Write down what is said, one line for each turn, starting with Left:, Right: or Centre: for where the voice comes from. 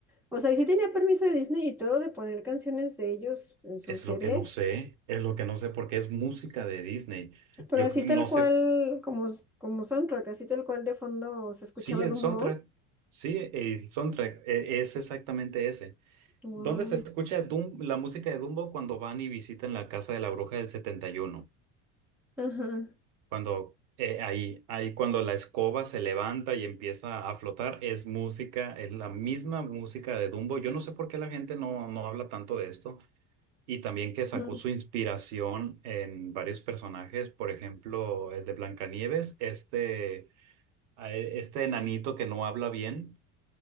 Centre: o sea, y sí tenía permiso de Disney y todo de poner canciones de ellos en su
Right: es
Centre: serie,
Right: lo que no sé, es lo que no sé porque es música de Disney.
Centre: pero
Right: Yo
Centre: así
Right: no
Centre: tal
Right: sé,
Centre: cual, como, como soundtrack, así tal cual de fondo se escuchaba
Right: sí, el
Centre: Dumbo.
Right: soundtrack, sí, el soundtrack e- es exactamente ese.
Centre: Wow.
Right: ¿Dónde se escucha Dum- la música de Dumbo cuando van y visitan la casa de la bruja del 71?
Centre: Ajá.
Right: Cuando eh, ahí, ahí cuando la escoba se levanta y empieza a flotar, es música, es la misma música de Dumbo. Yo no sé por qué la gente no, no habla tanto de esto. Y también que sacó
Centre: Ujú,
Right: su inspiración en varios personajes, por ejemplo, el de Blancanieves, este, a- este enanito que no habla bien,